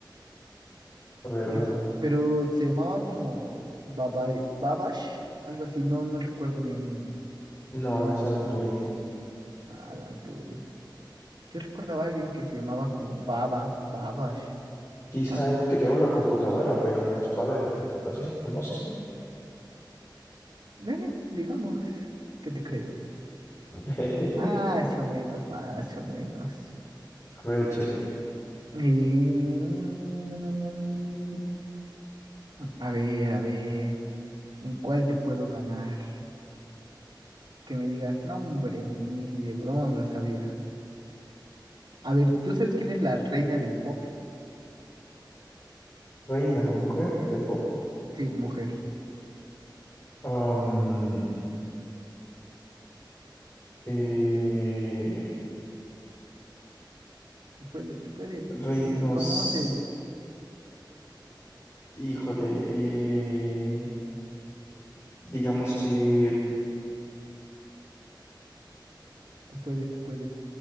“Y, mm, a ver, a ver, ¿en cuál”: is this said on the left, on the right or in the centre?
Right